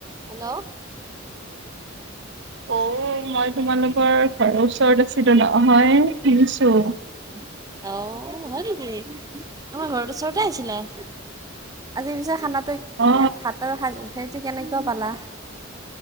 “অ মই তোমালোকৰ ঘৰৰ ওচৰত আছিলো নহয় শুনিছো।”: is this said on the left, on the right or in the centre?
Right